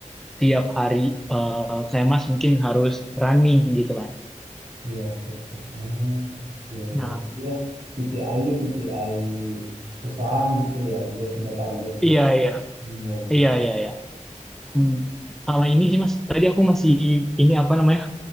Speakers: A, in the centre; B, on the right (about 75°).
A: tiap hari eh, kayak Mas mungkin harus running gitu kan.
B: Iya, betul, betul. Oh, iya, ya
A: Nah,
B: Berarti Dia KPI-nya KPI perusahaan gitu ya. Dia punya target.
A: iya iya.
B: Iya, iya.
A: Iya
B: iya.
A: iya iya. Hmm. Sama ini sih Mas, tadi aku masih ini apa namanya?